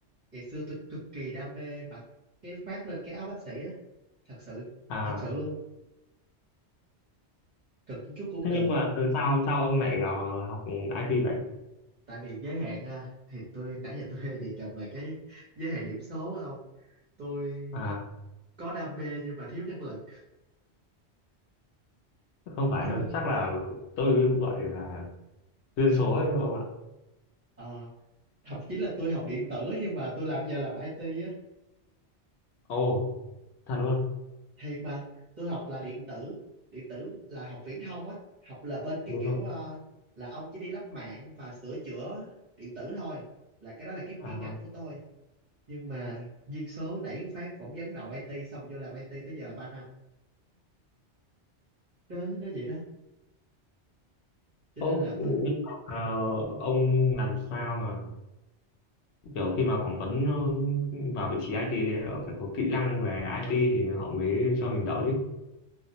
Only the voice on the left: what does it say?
à
thế
nhưng mà từ sao sao ông lại vào học IT vậy
à
không phải
đâu
chắc là tôi gọi là duyên số ấy không ạ
ồ thật luôn
đúng
không
à
ố
nhưng mà ờ, ông làm sao mà kiểu khi mà phỏng vấn vào vị trí IT thì phải có kỹ năng về IT thì họ mới cho mình đậu chứ.